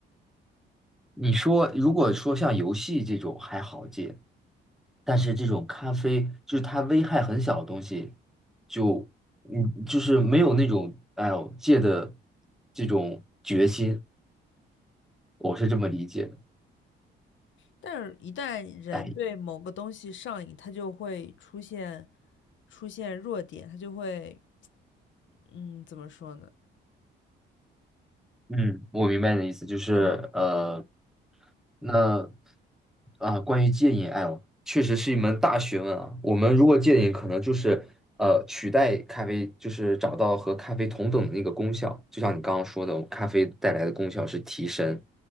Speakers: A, in the centre; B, on the left.
A: 你说如果说像游戏这种还好戒，但是这种咖啡就是它危害很小的东西，就嗯就是没有那种哎呦戒的这种决心，我是这么理解的。
B: 但是，一旦人对某个东西上瘾，
A: 哎，
B: 他就会出现出现弱点，他就会，嗯，怎么说呢？
A: 嗯，我明白你的意思，就是呃，
B: 嗯，
A: 那啊、关于戒瘾爱哦确实是一门大学问啊。我们如果戒瘾，可能就是呃，取代咖啡，就是找到和咖啡同等的那个功效。就像你刚刚说的，咖啡带来的功效是提神，